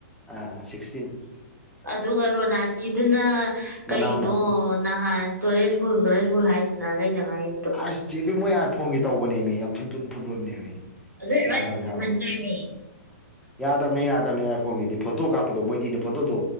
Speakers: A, in the centre; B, on the right.
A: ꯑ ꯁꯤꯛꯁꯇꯤꯟ
B: ꯑꯗꯨꯒ ꯔꯣꯅꯥꯜꯀꯤꯗꯨꯅ ꯀꯩꯅꯣ
A: ꯃꯅꯥꯎꯅ
B: ꯅꯍꯥꯟ ꯇꯨꯔꯦꯁ ꯐꯕꯨꯜ ꯇꯨꯔꯦꯖ ꯐꯕꯨꯜ ꯍꯥꯏꯗꯨꯅ ꯂꯩꯗꯅꯥꯏ
A: ꯑꯥꯔꯠ ꯆꯦꯕꯤ ꯃꯣꯏ ꯑꯥꯔꯠ ꯐꯣꯡꯦ ꯇꯧꯕꯅꯦꯃꯤ ꯌꯥꯝ ꯁꯨꯇꯨꯅ ꯐꯨꯠꯂꯣꯏꯕꯅꯦꯃꯤ
B: ꯑꯗꯨꯏꯁꯨ ꯃꯥꯏꯗꯨꯗꯤ
A: ꯌꯥꯗ ꯑꯃ
B: ꯊꯨꯝꯍꯟꯈ꯭ꯔꯦꯃꯤ
A: ꯌꯥꯕ ꯌꯥꯗꯕꯅꯦ ꯌꯥꯗꯕꯅꯦ ꯑꯥꯏ ꯐꯣꯟꯒꯤꯗꯤ ꯐꯣꯇꯣ ꯀꯥꯞꯄꯗꯣ ꯃꯣꯏꯗꯤꯅꯦ ꯐꯣꯇꯣꯗꯣ